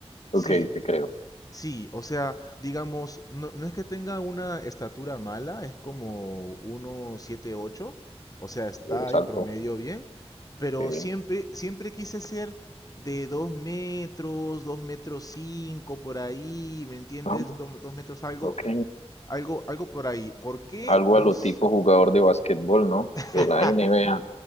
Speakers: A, on the left (about 85°); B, on the left (about 35°).
A: ok,
B: sí,
A: te creo.
B: sí. O sea, digamos, no, no es que tenga una estatura mala, es como 1,78. O sea, está
A: Lo de salto,
B: ahí promedio bien. Pero
A: sí.
B: siempre, siempre quise ser de 2 metros, 2 metros 5 por ahí, ¿me entiendes?
A: Ah,
B: Do- 2 metros algo,
A: ok,
B: algo, algo por ahí. ¿Por qué?
A: algo
B: No
A: a lo
B: sé.
A: tipo jugador de básquetbol, ¿no?
B: <laughs>
A: De la NBA.